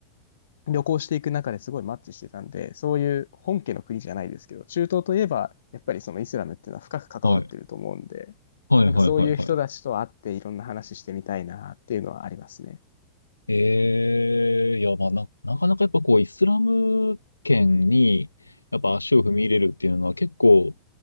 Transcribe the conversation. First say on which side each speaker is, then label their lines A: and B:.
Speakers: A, on the left (about 65°); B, on the left (about 85°).
A: 旅行していく中ですごいマッチしてたんで、そういう本家の国じゃないですけど、中東といえばやっぱりそのイスラムっていうのは深く関わってると思うんで、
B: はい。はい、
A: なんかそういう人たちと会っていろんな話してみたいなっていうのはありますね。
B: はい、はい、はい。ええー、いや、まあな、なかなかやっぱこう、イスラム圏に、やっぱ足を踏み入れるっていうのは結構、